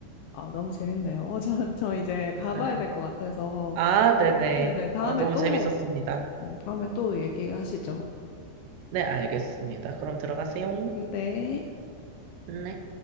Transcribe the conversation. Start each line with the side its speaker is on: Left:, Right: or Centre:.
Left: 아, 너무 재밌네요. 어, 저, 저 이제
Right: 그러니까요.
Left: 가봐야 될 것 같아서.
Right: 아,
Left: 저희-
Right: 네네.
Left: 네네. 다음에
Right: 어, 너무
Left: 또,
Right: 재밌었습니다.
Left: 네, 다음에 또 얘기하시죠.
Right: 네, 알겠습니다. 그럼 들어가세요.
Left: 네.
Right: 네.